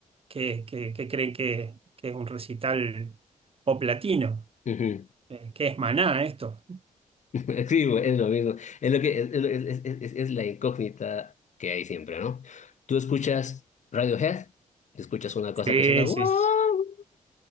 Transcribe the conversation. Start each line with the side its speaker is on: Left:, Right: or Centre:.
Right: que, que- que creen que, que es un recital pop latino,
Left: ujú.
Right: eh, que es Maná esto.
Left: <laughs> Sí, güey, es lo mismo. Es lo que es, es, es- es- es- es la incógnita que hay siempre, ¿no? Tú escuchas Radiohead, escuchas una cosa
Right: Sí,
Left: que suena wow,
Right: sí, sí,